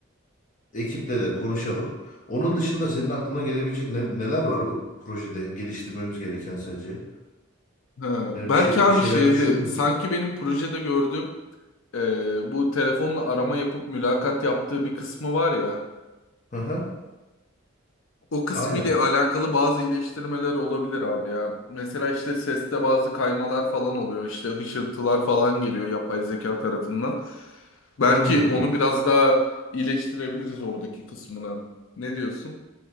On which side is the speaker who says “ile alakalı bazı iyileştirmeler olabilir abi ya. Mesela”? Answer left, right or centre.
Left